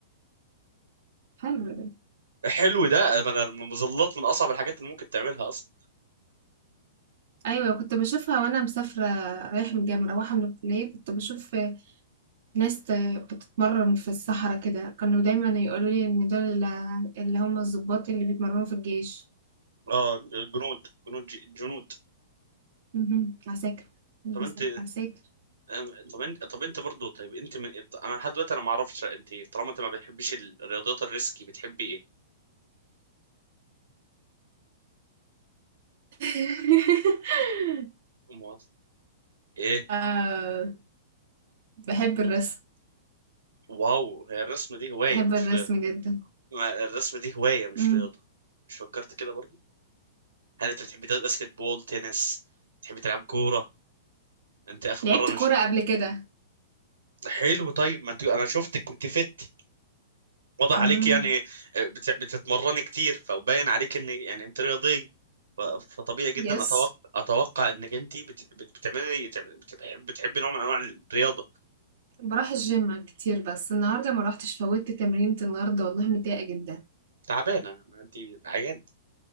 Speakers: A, on the right; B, on the right.
A: حلو ده
B: حلو ده انا المظلات من اصعب الحاجات اللي ممكن تعملها اصلا
A: ايوه كنت بشوفها وانا مسافره رايحه من الجامعه مروحه من الكليه كنت بشوف لسه بتتمرن في الصحراء كده كانوا دايما يقولوا لي ان دول ال- اللي هم الضباط اللي بيتمرنوا في الجيش
B: اه جنود جنود جي- جنود
A: مهم. عساكر بس-
B: طب انت
A: عساكر
B: أم- طب انت طب انت برضه طيب انت من... انا لحد دلوقتي انا ما اعرفش انت إيه. طالما انت ما بتحبيش الرياضيات الريسكي بتحبي ايه
A: <laughs>
B: أمال ايه
A: آه بحب الرسم
B: واو هي الرسم دي هوايه
A: بحب
B: مش
A: الرسم
B: رياضه
A: جدا
B: ما الرسم دي هوايه مش
A: مم.
B: رياضه مش فكرت كده برضه هل انت بتحبي تلعب باسكت بول تنس بتحبي تلعب كوره انت اخر
A: لعبت
B: مره انا
A: كورة قبل كده
B: حلو طيب ما انت انا شفتك كنت فت واضح
A: مم.
B: عليك يعني آه، بت- بتتمرني كتير فباين عليك ان يعني انت رياضي ف- فطبيعي جدا
A: يس
B: اتوقع اتوقع انك انت بت- بت- بتعملي بتحب بتحبي نوع من انواع الرياضه
A: بروح الجيم كتير بس النهاردة ما روحتش فوتت تمرينة النهاردة والله متضايقة جدا
B: تعبانه ما انت عيان